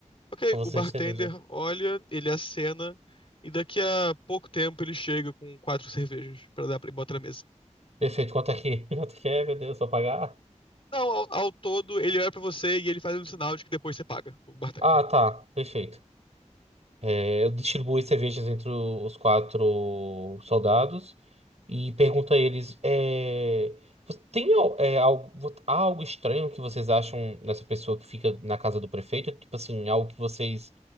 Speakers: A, on the left; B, on the right.
A: Ok,
B: Pra você
A: o bartender
B: de cerveja.
A: olha, ele acena, e daqui a pouco tempo ele chega com quatro cervejas pra dar para botar na mesa.
B: Perfeito, quanto é que, <laughs> quanto é que é, meu Deus, vou pagar?
A: Não, ao, ao todo ele olha pra você e ele faz um sinal de que depois você paga, o bartender.
B: Ah, tá, perfeito. É, eu distribuo as cervejas entre o- os quatro soldados e pergunto a eles: é, você tem al- é, algo, vo- há algo estranho que vocês acham nessa pessoa que fica na casa do prefeito? Tipo assim, algo que vocês,